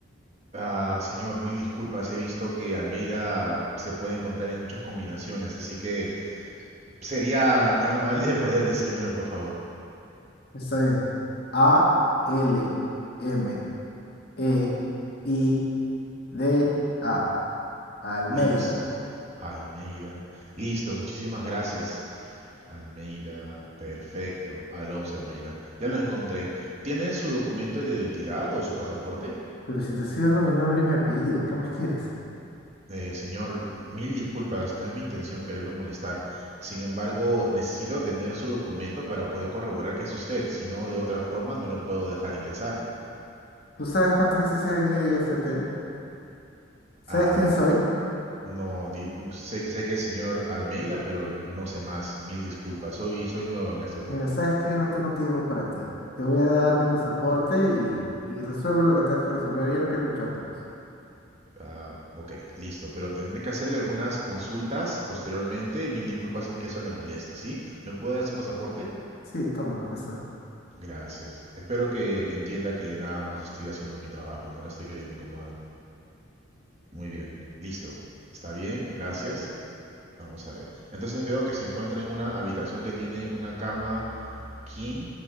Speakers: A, on the right; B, on the left.
A: Ah, señor, mil disculpas. He visto que Almeida se puede encontrar en muchas combinaciones, así que sería tan amable de poder decírmelo, por favor.
B: Está bien. A L M E I D A. Almeida.
A: Liz, Almeida. Listo, muchísimas gracias. Almeida, perfecto. Alonso Almeida. Ya lo encontré. ¿Tiene su documento de identidad o su pasaporte?
B: Pero si te estoy dando mi nombre y mi apellido, ¿qué más quieres?
A: Eh, señor, mil disculpas, no es mi intención quererlo molestar. Sin embargo, necesito tener su documento para poder corroborar que es usted, si no, de otra forma no lo puedo dejar ingresar.
B: ¿Tú sabes cuántas veces he venido yo a este hotel? ¿Sabes
A: Ah,
B: quién soy?
A: no, di- sé, sé que es señor Almeida, pero no sé más. Mil disculpas, soy, soy nuevo en este hotel.
B: Mira, sabes qué? no tengo tiempo para ti. Te voy a dar mi pasaporte y, y resuelve lo que tengas que resolver. Yo no quiero escuchar tu voz.
A: Ah, ok, listo. Pero tendré que hacerle algunas consultas posteriormente. Mil disculpas si es que eso le molesta, ¿sí? ¿Me puede dar su pasaporte?
B: Sí, toma, acá está.
A: Gracias. Espero que entienda que nada más estoy haciendo mi trabajo, no la estoy queriendo incomodar. Muy bien, listo. Está bien, gracias. Vamos a ver. Entonces veo que se encuentra en una habitación que tiene una cama king